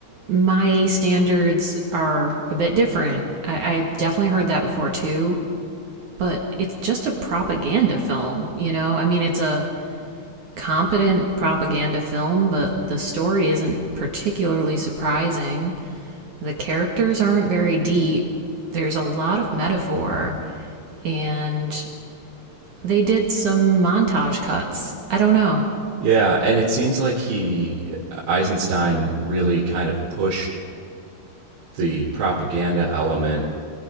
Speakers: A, on the right; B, on the right.
A: my standards are a bit different. I, I've definitely heard that before too, but it's just a propaganda film, you know? I mean, it's a competent propaganda film, but the story isn't particularly surprising. The characters aren't very deep. There's a lot of metaphor, and they did some montage cuts. I don't know.
B: Yeah, and it seems like he uh, Eisenstein really kind of pushed the propaganda element